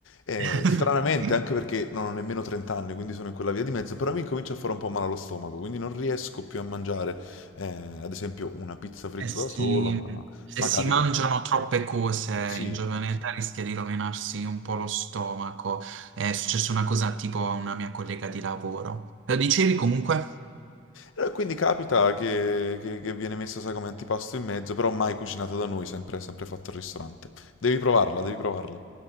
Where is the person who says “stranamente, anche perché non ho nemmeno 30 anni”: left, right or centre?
Left